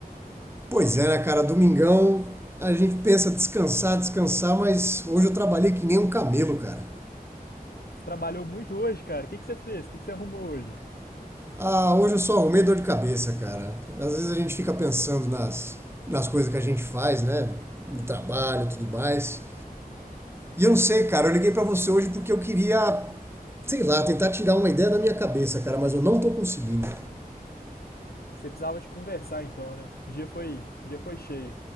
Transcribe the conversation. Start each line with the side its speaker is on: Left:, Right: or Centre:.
Right: Pois é, né, cara, domingão a gente pensa descansar, descansar, mas hoje eu trabalhei que nem um camelo, cara.
Left: Você trabalhou muito hoje, cara. O que que você fez? O que que você arrumou hoje?
Right: Ah, hoje eu só arrumei dor de cabeça, cara. Às vezes a gente fica pensando nas, nas coisas que a gente faz, né, no trabalho e tudo mais. E eu não sei, cara, eu liguei pra você hoje porque eu queria, sei lá, tentar tirar uma ideia da minha cabeça, cara, mas eu não tô conseguindo.
Left: Você precisava de conversar então, né? O dia foi, o dia foi cheio.